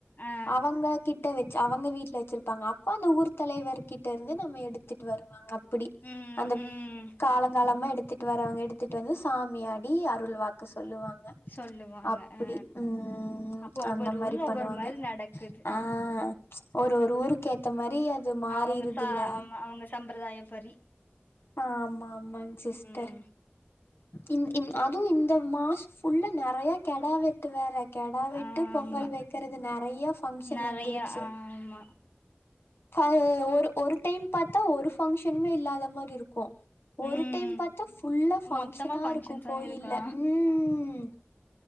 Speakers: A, on the left; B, on the left.
A: ஆ
B: அவங்க கிட்ட அவங்க வீடல வச்சிருப்பாங்க அப்போ அந்த ஊர் தலைவர் கிட்ட இருந்து நம்ம எடுத்து எத்துட்டு வருவாங்க அப்படி
A: ம்
B: அந்த
A: ம்
B: காலங்காலமா எடுத்து எடுத்துட்டு வரவங்க எடுத்துட்டு வந்து சாமியாடி அருள் வாக்கு சொல் சொல்லுவாங்க
A: சொல்லுவாங்க
B: அப்படி
A: ஆ
B: உம்
A: அப்போ ஒவ்வொரு
B: அந்த மாரி
A: ஊர்ல
B: பண்ணுவாங்க
A: ஒவ்வொரு மாரி நடக்குது
B: ஆஹ் ஒரு ஒரு ஊருக்கு ஏத்த மா ரி அது மாறிருதுல்ல
A: அவங்க ச ஆமா அவங்க சம்பிரதாய பரி
B: ஆஹ் ஆமா ஆமா சிஸ்டர்
A: ம்
B: இன் இன் அதுவும் இந்த மாசம் ஃபுல்லாக நிறையா கெட வெட்டு வேற கெடா வெட்டு
A: ஆமா
B: பொங்கல் வைக்கறது நிறைய பங்க்ஷன்
A: நெறைய
B: வந்துருச்சு
A: ஆமா
B: அது ஒரு ஒரு டைம் பார்த்தா ஒரு ஃங்க்ஷனுமே இல்லாத மாரி இருக் கோ ஒரு
A: ம்
B: டைம் பார்த்தா ஃபுல்லா பங்க்ஷனா
A: மொத்தமா ஃபங்க்ஷன்ஸாவே
B: இருக்கும் கோயில்ல
A: இருக்கு
B: உம்ம்ம்ம்